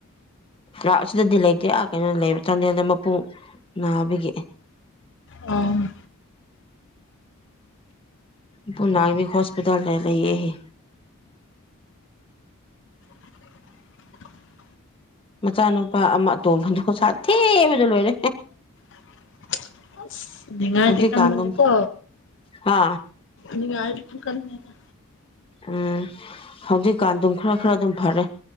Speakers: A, on the left; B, on the left.
A: ꯂꯥꯛ ꯑꯁꯤꯗꯗꯤ ꯂꯩꯇꯦ ꯑꯥ ꯀꯩꯅꯣ ꯂꯩꯕ ꯆꯥꯟꯗꯦꯜꯗ ꯃꯄꯨ ꯅꯥꯕꯒꯤ
B: ꯑꯥ
A: ꯄꯨ ꯅꯥꯕꯒꯤ ꯍꯣꯁꯄꯤꯇꯥꯜꯗ ꯂꯩꯌꯦ ꯍꯦ
B: <unintelligible>
A: ꯃꯆꯥꯅꯨꯄꯥ ꯑꯃ ꯑꯇꯣꯝꯕꯗꯣ ꯁꯥꯊꯤꯕꯗ ꯂꯣꯏꯔꯦ ꯍꯦ
B: <unintelligible> ꯅꯤꯡꯉꯥꯢꯗꯤ
A: ꯍꯧꯖꯤꯛꯀꯥꯟ
B: ꯀꯟꯕꯅꯦꯀꯣ
A: ꯑꯗꯨꯝ ꯍꯥ
B: ꯅꯤꯡꯉꯥꯢꯗꯤ ꯗꯨꯝ ꯀꯟꯕꯗ
A: ꯎꯝ ꯍꯧꯖꯤꯛꯀꯥꯟ ꯗꯨꯝ ꯈ꯭ꯔ ꯈ꯭ꯔ ꯗꯨꯝ ꯐꯔꯦ